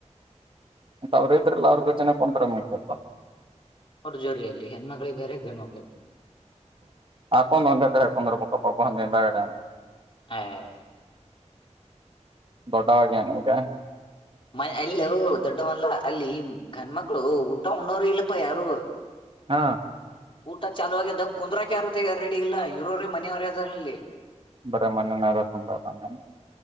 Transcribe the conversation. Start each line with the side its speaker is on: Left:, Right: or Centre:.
Right: ಮತ್ತ ಅವರು ಇದ್ರಲ್ಲ ಅವರ ಜೊತೇನೆ ಕುಂತಿದ್ರೆ ಮುಗಿತ
Left: ಅವರ ಅವ್ರ್ ಜೋಡಿ ಎಲ್ಲಿ ಹೆಣ್ಣು ಮಕ್ಕಳು ಬೇರೆ ಗಂಡು ಮಕ್ಕಳು ಬೇರೆ ಗ
Right: ಹಾಕೊಂಡ್ ಒಂದೆ ಕಡೆ ಒಂದ್ ಕಡೆ ಕುಂಡ್ರಬೇಕು
Left: ಅಯ
Right: ದೊಡ್ಡಾವ ಆಗ್ಯಾನ ಈಗ
Left: ಮ ಅಲ್ಲ ದೊಡ್ಡವಲ್ಲ ಅಲ್ಲಿ ಗಂಡ ಮಕ್ಳ ಊಟ ಉಣ್ಣೋರ ಇಲ್ಲಪ್ಪ ಯಾರು
Right: ಹ
Left: ಊಟ ಚಾಲು ಆಗ್ಯದ ಕುಂದ್ರಾಕ ಯಾರು ರೆಡಿ ಇಲ್ಲ ಇರೋರೆ ಮನೆಯವರು ಅದಾರ ಅಲ್ಲಿ
Right: ಬರೆ ಮನೆಯವರ ತುಂಬ್ಯಾರಲ್ಲಿ